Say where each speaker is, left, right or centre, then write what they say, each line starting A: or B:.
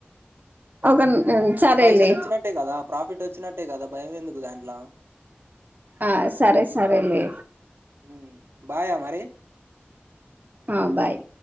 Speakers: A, on the right (about 45°); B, on the right (about 75°).
A: ఒక సరేలే
B: పైసలు వచ్చినట్టే కదా ప్రాఫిట్ వచ్చి న్నట్టే కదా భయం ఎందుకు దాంట్ల
A: ఆ సరే సరే లే
B: ఊ బాయా మరీ
A: ఆ బాయ్